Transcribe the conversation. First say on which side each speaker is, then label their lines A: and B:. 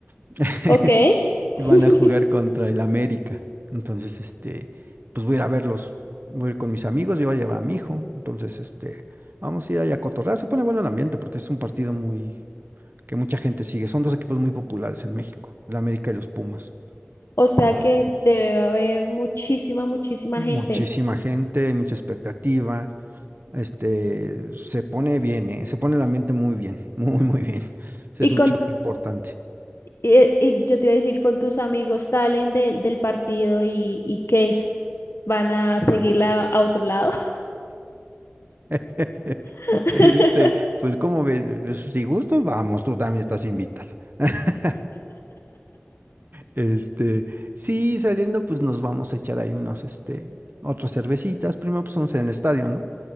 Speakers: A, on the right (about 50°); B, on the left (about 75°).
A: <laughs>
B: Ok. <laughs>
A: Y van a jugar contra el América. Entonces, este, pues voy a ir a verlos. Voy a ir con mis amigos, yo voy a llevar a mi hijo. Entonces, este, vamos a ir allá a cotorrear. Se pone bueno el ambiente porque es un partido muy, que mucha gente sigue. Son dos equipos muy populares en México, el América y los Pumas.
B: O sea que es- debe haber muchísima, muchísima
A: muchísima
B: gente.
A: gente, hay mucha expectativa. Este, se pone bien, ¿eh? Se pone el ambiente muy bien, <laughs> muy, muy bien. Ese
B: Y
A: es un
B: con
A: choque importante.
B: y, y yo te iba a decir, con tus amigos salen del del partido y, y qué es, van a seguirla a otro lado.
A: <laughs>
B: <laughs>
A: Este, pues como ves, Pues, si gustos vamos, tú también estás invitada. <laughs> Este, sí, saliendo, pues nos vamos a echar ahí unos, este, otras cervecitas. Primero, pues once en el estadio, ¿no?